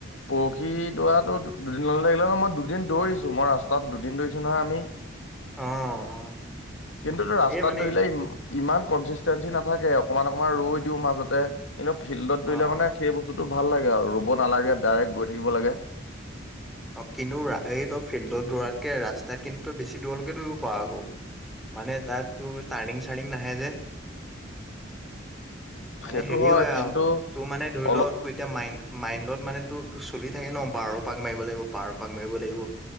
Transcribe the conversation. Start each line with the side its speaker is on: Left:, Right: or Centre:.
Left: পৰহি দৌৰাটো দ-দুদিন লৈ থাকিলে নহয়, মই দুদিন দৌৰিছোঁ মই ৰাস্তাত দুদিন দৌৰিছোঁ নহয়, আমি।
Centre: অ', অ'।
Left: কিন্তুটো ৰাস্তাত
Centre: এই মানে
Left: দৌৰিলে ই-ইমান কনচিষ্টেঞ্চি নাথাকে অকমান, অকণমান ৰৈ দিওঁ মাজতে, কিন্তু ফিল্ডত দৌৰিলে
Centre: অ
Left: মানে
Centre: অ
Left: সেই বস্তু টো, ভাল লাগে আৰু ৰ'ব নালাগে ডাইৰেক্ট গৈ থাকিব লাগে।
Centre: অ', কিন্তু ৰা-এই তই ফিল্ডত দৌৰাতকে ৰাস্তাত কিন্তু তই বেছি দূৰলৈকে দৌৰিব পাৰ আকৌ। মানে তাত তোৰ তাৰৰ্নিং চানিং নাহে যে মানে
Left: সেইটো
Centre: হেৰি হয়,
Left: কিন্তু
Centre: আৰু তোৰ মানে ধৰি
Left: অলপ
Centre: ল' তোৰ এতিয়া মাইন, মাইণ্ডত মানে তোৰ, তোৰ চলি থাকে ন' বাৰ পাক মাৰিব লাগিব, বাৰ পাক মাৰিব লাগিব,